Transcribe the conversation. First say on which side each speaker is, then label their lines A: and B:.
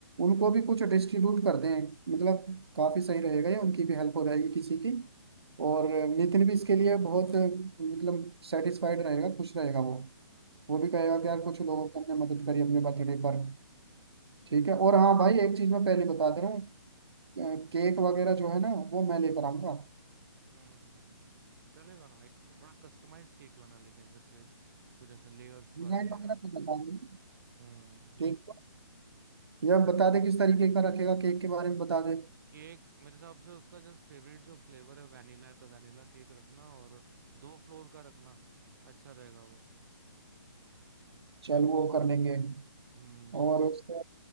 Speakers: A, on the right; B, on the right.
A: उनको भी कुछ डिस्ट्रीब्यूट कर दें मतलब काफी सही रहेगा ये उनकी भी हेल्प हो जाएगी किसी की और नितिन भी इसके लिए बहुत मतलब सेटिस्फाइड रहेगा खुश रहेगा वो वो भी कहेगा
B: हम्म
A: कि यार कुछ लोगों को हमने मदद करी अपने बर्थडे पर ठीक है और हाँ भाई एक चीज मैं पहले बता दे रहा हूँ अ, केक वगैरह जो है ना वो मैं लेकर आऊंगा
B: हम्म चलेगा ना एक थोड़ा कस्टमाइज्ड केक लाना लेकिन जैसे कुछ ऐसे लेयर्स
A: डिजाइन
B: वाले
A: वगैरह
B: या
A: तो बता दें
B: हम्म
A: केक का। या बता दे किस तरीके का रखेगा केक के बारे में बता दे
B: केक मेरे हिसाब से उसका जस्ट फेवरेट जो फ्लेवर है वैनिला है तो वैनिला केक रखना और दो फ्लोर का रखना अच्छा रहेगा वो
A: चल वो कर लेंगे
B: हम्म
A: और उसके